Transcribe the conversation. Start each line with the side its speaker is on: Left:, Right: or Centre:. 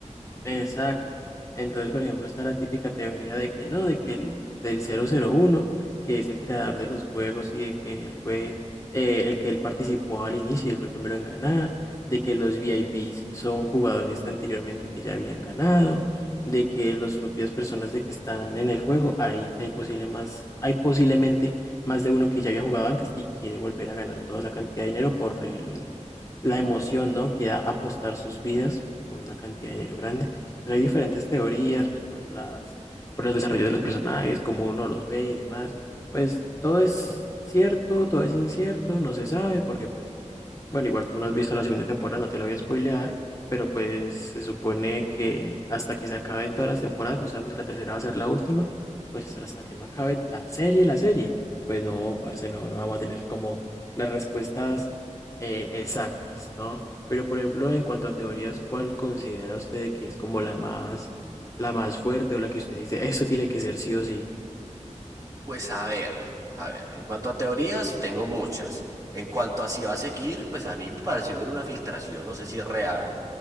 Left: Exacto. Entonces, por ejemplo, está la típica teoría de que no, de que el del cero cero uno que es el creador de los juegos y de que él fue eh, el que él participó al inicio y fue el primero en ganar, de que los VIPs son jugadores de anteriormente que ya habían ganado, de que las propias personas de que están en el juego hay, hay, posible más, hay posiblemente más de uno que ya había jugado antes y quiere volver a ganar toda esa cantidad de dinero por el, la emoción, ¿no? que da apostar sus vidas por una cantidad de dinero grande. Pues hay diferentes teorías, pues por las, por los desarrollos de los personajes, cómo uno los ve y demás. Pues todo es cierto, todo es incierto, no se sabe, porque pues bueno, igual tú no has visto la segunda temporada, no te lo voy a spoilear, pero pues se supone que hasta que se acaben todas las temporadas, no sabemos si la tercera va a ser la última, pues hasta que no acabe la serie, la serie, pues no, parce, no, no vamos a tener como las respuestas eh, exactas, ¿no? Pero por ejemplo, en cuanto a teorías, ¿cuál considera usted que es como la más, la más fuerte o la que usted dice, eso tiene que ser sí o sí?
Right: Pues a ver, a ver. En cuanto a teorías, tengo muchas. En cuanto a si va a seguir, pues a mí me pareció ver una filtración, no sé si es real,